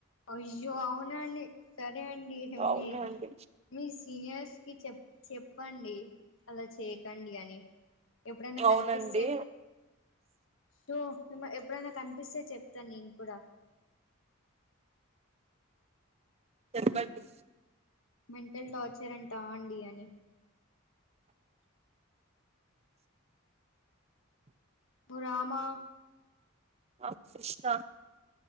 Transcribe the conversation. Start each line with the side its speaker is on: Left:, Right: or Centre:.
Left: అయ్యో అవునండి సరే అండి
Right: అవునండి
Left: మీ మీ సీనియర్స్ కి చెప్ చెప్పండి అలా చేయకండి అని ఎప్పుడైనా
Right: అవునండి
Left: కనిపిస్తే సో ఇమ ఎప్పుడైనా కనిపిస్తే చెప్తా నేను కూడా
Right: చెప్పండి
Left: మేం ఇల్ టార్చర్ అంటా అండి అని ఓ రామా
Right: ఆ కృష్ణ